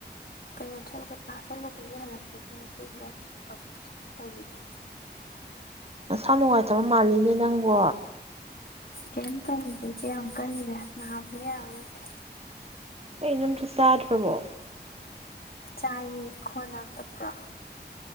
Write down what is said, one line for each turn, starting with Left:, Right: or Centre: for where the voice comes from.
Left: ꯀꯩꯅꯣ ꯆꯠꯂ ꯆꯠꯂꯨꯕꯒꯤ ꯍꯜꯂꯛꯄꯒꯤꯅ ꯁꯤ ꯈꯔ ꯄꯣꯠꯄꯒꯤꯗꯤ
Right: ꯅꯁꯥ ꯅꯨꯡꯉꯥꯏꯇꯕ ꯃꯥꯜꯂꯤꯅꯦ ꯅꯪꯕꯣ
Left: ꯀꯩꯝ ꯇꯧꯗꯦꯗ ꯏꯆꯦ ꯌꯥꯝ ꯀꯜꯂꯤꯗ ꯅꯍꯥꯛꯄꯅ ꯌꯥꯕ ꯅꯠꯇꯦ
Right: ꯀꯩꯅꯣꯝꯁꯨ ꯆꯥꯗ꯭ꯔꯕꯣ
Left: ꯆꯥꯏꯌꯦ ꯈꯣꯟꯅ ꯇꯄ꯭ꯔꯥ